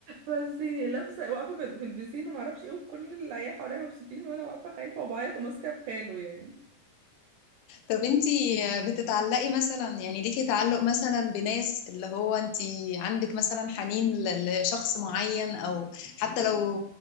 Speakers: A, on the right; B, on the left.
A: بس يعني لابسه واقفه في ال- في البسين وما اعرفش ايه وكل العيال حواليا مبسوطين وانا واقفه خايفه وبعيط وماسكه في خاله يعني
B: طب انتي بتتعلقي مثلا يعني ليكي تعلق مثلا بناس اللي هو انتي عندك مثلا حنين ل- لشخص معين او حتى لو